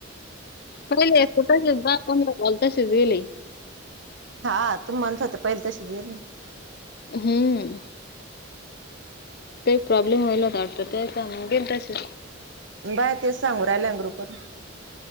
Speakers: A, on the left; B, on the right.
A: पहिले तशीच दहा पंधरा काल तशीच गेली
B: हा तू माणत होते पहिले तशी येल
A: हम्म काही प्रॉब्लेम होईल होता वा त्याग गेल तसे
B: बाय तेच सांगू राहिल्या अंगरुपर